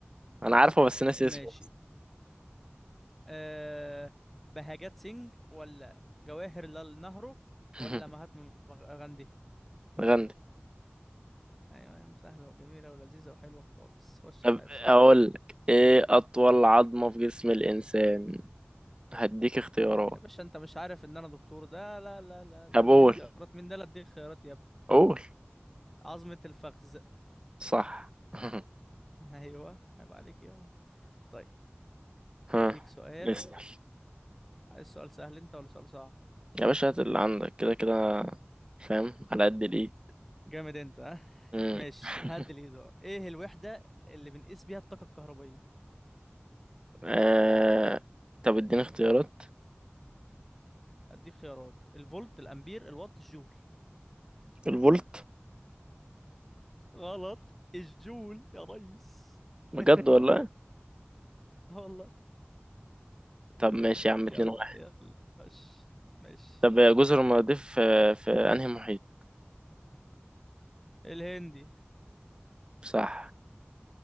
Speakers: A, on the right; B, in the centre.
A: انا عارفه بس ناسي اسمه
B: ماشي أه بهاجات سينج ولا جواهر لال نهرو
A: <laughs>
B: ولا مهاتما غاندي
A: غندي
B: ايوه يا عم، سهلة وجميلة ولذيذة وحلوة خالص خش
A: طب
B: عليا في سؤال
A: اقول لك ايه اطول عظمة في جسم الانسان هديك اختيارات
B: يا باشا انت مش عارف ان انا دكتور ده لا لا لا لا
A: طب
B: تديني
A: قول
B: خيارات مين ده لا اديك خيارات يا ابني
A: قول
B: عظمة الفخذ
A: صح <laughs>
B: <laughs> ايوه عيب عليك يا طيب
A: ها
B: اديك سؤال
A: اسأل
B: عايز سؤال سهل انت ولا سؤال صعب
A: يا باشا هات اللي عندك كده كده فاهم على قد الايه
B: جامد انت ها
A: مم.
B: ماشي
A: <laughs>
B: هعدل ايده ايه الوحدة اللي بنقيس بيها الطاقة الكهربية
A: آه... طب اديني اختيارات
B: اديك خيارات الفولت الامبير الوات الجول
A: الفولت
B: غلط الجول يا ريس <laughs>
A: بجد ولا
B: اه والله
A: طب ماشي يا عم
B: يلا
A: اتنين واحد
B: يلا خش ماشي
A: طب جزر المالديف في, في انهي محيط
B: الهندي
A: صح